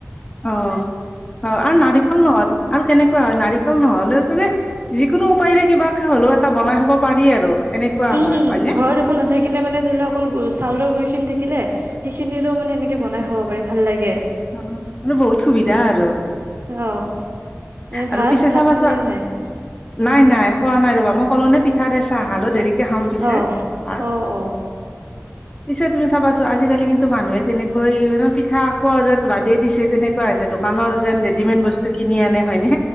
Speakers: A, on the left; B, on the right.
A: অ। হয়। আৰু নাৰিকল নহল আৰু কেনেকুৱা হয় নাৰিকল নহলেও তাৰ‌ মানে যিকোনো উপায়েৰে কিবাকে হলেও এটা বনাই খাব পাৰি আৰু এনেকুৱা
B: উম
A: হয়
B: উম
A: হয়নে
B: ঘৰত একো নাথাকিলে মানে ধৰি লও অকল চালৰ গুৰি খিনি থা কিলে সেইখিনিতো মানে এনেকে বনাই খাব পাৰি ভাল লাগে।
A: অ আৰু বহুত সুবিধা আৰু।
B: অ এ
A: আৰু
B: ভাত
A: পিছে
B: ভাত
A: চাবাচোন
B: খালে নে নাই?
A: নাই নাই খোৱা নাই ৰবা মই কলো নে পিঠাতে চাহ খালো দেৰিকে খাম পিছে
B: অ
A: ভাত।
B: অ <inaudible>
A: পিছে তুমি চাবাচো আজিকালি কিন্তু মানুহে তেনেকৈ পিঠা খোৱা যেন বাদে দিছে তেনে কোৱা হৈছে দোকানত যেন ৰেডিমেড বস্তু কিনি আনে হয় নে।